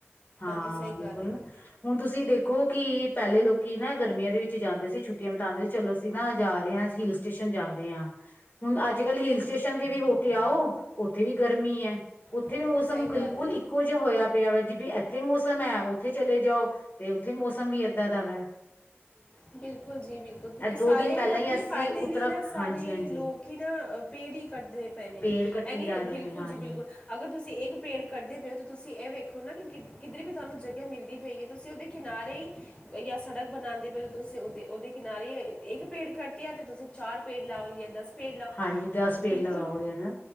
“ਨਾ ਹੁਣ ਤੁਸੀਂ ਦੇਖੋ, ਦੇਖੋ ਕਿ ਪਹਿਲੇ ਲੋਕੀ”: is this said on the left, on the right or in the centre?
Left